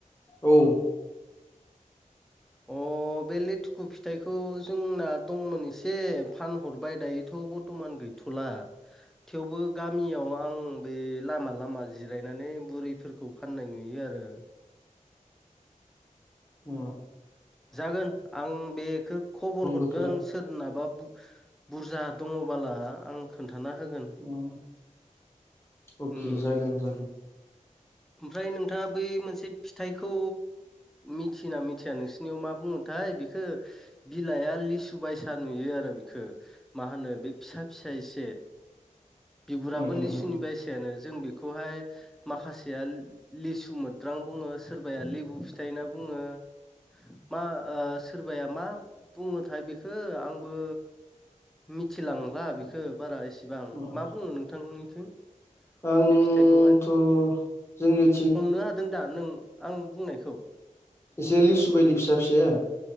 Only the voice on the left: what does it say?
औ
अ
बोथोरा
उम अके
जागोन दे
उम उम
उम
उम
आंथ'
जोंनि
एसे लिसु बायदि फिसा फिसाया